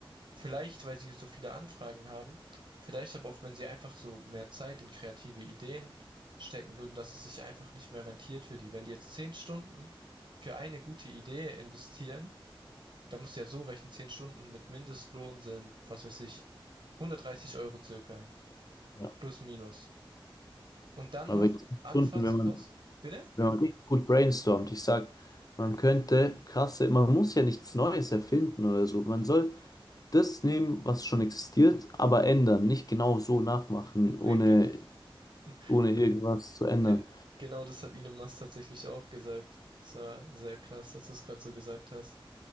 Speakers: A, on the right; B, on the left.
A: Vielleicht, weil sie so viele Anfragen haben. Vielleicht aber auch, wenn sie einfach so mehr Zeit in kreative Ideen stecken würden, dass es sich einfach nicht mehr rentiert für die. Wenn die jetzt zehn Stunden für eine gute Idee investieren, da musst du ja so rechnen, zehn Stunden mit Mindestlohn sind, was weiß ich, hundertdreißig Euro circa,
B: Ja.
A: plus minus. Und dann
B: Aber
A: noch
B: jetzt
A: Anfahrtskosten.
B: Stunden, wenn man,
A: Bitte?
B: wenn man richtig gut brainstormt, ich sag, man könnte krasse, man muss ja nichts Neues erfinden oder so. Man soll das nehmen, was schon existiert, aber ändern, nicht genau so nachmachen, ohne,
A: Nee, gen- <laughs>
B: ohne irgendwas zu ändern.
A: ge genau das hat Ine Mast tatsächlich auch gesagt. Das war sehr krass, dass du es gerade so gesagt hast.